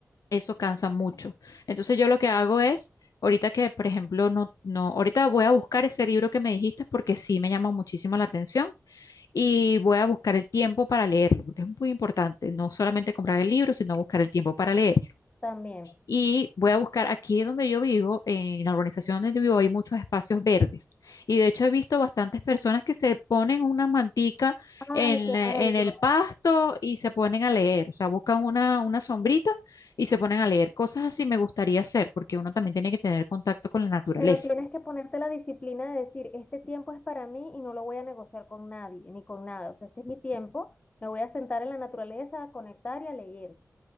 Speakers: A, on the left; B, on the left.
A: eso cansa mucho. Entonces yo lo que hago es, ahorita que, por ejemplo, no, no, ahorita voy a buscar ese libro que me dijiste porque sí me llama muchísimo la atención y voy a buscar el tiempo para leerlo, porque es muy importante, no solamente comprar el libro, sino buscar el tiempo para leer.
B: también.
A: Y voy a buscar aquí donde yo vivo, en la urbanización donde yo vivo, hay muchos espacios verdes. Y de hecho he visto bastantes personas que se ponen una mantica
B: Ay,
A: en,
B: qué
A: la-
B: maravilloso.
A: en el pasto y se ponen a leer. O sea, buscan una, una sombrita y se ponen a leer. Cosas así me gustaría hacer, porque uno también tiene que tener contacto con la naturaleza.
B: Pero tienes que ponerte la disciplina de decir, este tiempo es para mí y no lo voy a negociar con nadie, ni con nada. O sea, este es mi tiempo, me voy a sentar en la naturaleza, a conectar y a leer,